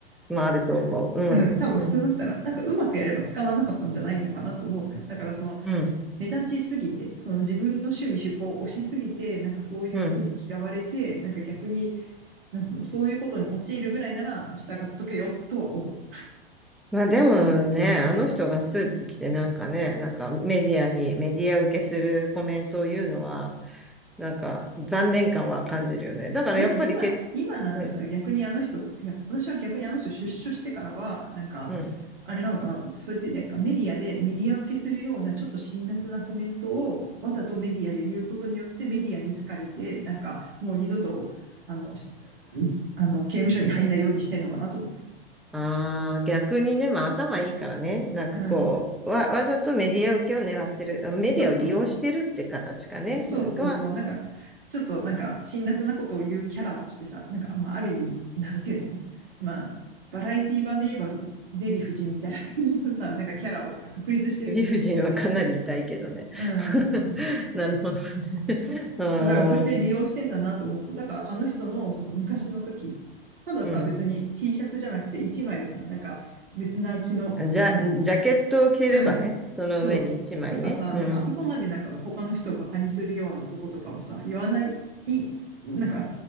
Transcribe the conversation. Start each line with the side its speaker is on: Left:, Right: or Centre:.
Centre: まああると思う。うん、
Right: うん、多分普通だったら、
Centre: うん、
Right: なんかうまくやれば捕まんなかったんじゃないのかなと思うのよ。だからその、
Centre: うん、
Right: 目立ちすぎて、その自分の趣味趣向を推しすぎて、なんかそういうふうに嫌われて、
Centre: うん。
Right: なんか逆に、なんつうの、そういうことに陥るぐらいなら従っとけよとは思う。
Centre: まあでもね、あの人がスーツ着てなんかね、なんかメディアに、メディア受けするコメントを言うのは、なんか残念感は感じるよね。だからやっぱりけ、
Right: でも今、今なんてさ、
Centre: うん、
Right: 逆にあの人、いや、私は逆にあの人出所してからは、なんか、
Centre: うん。
Right: あれなのかなと思って、そうやってなんかメディアで、メディア受けするようなちょっと辛辣なコメントをわざとメディアで言うことによってメディアに好かれて、なんかもう二度と、あの、あの、刑務所に入んないようにしてんのかなと思ってる。
Centre: ああ、逆にね、まあ頭いいからね、なんかこう、
Right: うん。
Centre: わ、わざとメディア受けを狙ってる、メディアを利用してるって形かね、
Right: そうそうそう。そうそうそう、
Centre: が、
Right: なんか、ちょっとなんか、辛辣なことを言うキャラとしてさ、なんか、まあ、ある意味、なんていうのまあ、バラエティ版で言えば、デヴィ夫人みたいな感じのさ、なんかキャラをなんか確立してるじゃん。
Centre: 理不尽はかなり痛いけどね。
Right: うん。
Centre: <laughs> なるほど。うーん。
Right: まあ、だからそうやって利用してんだなと思うと、だからあの人のその昔の時、たださ、
Centre: う
Right: 別に T シャツじゃなくて一枚さ、なんか別な血の、
Centre: ん。じゃ、
Right: なんか、
Centre: ジャケットを着てればね、
Right: うん、
Centre: その上に一枚ね。
Right: そう、とかさ、
Centre: うん
Right: なんかあそこまでなんか他の人をバカにするようなこととかをさ、言わない、い、なんか、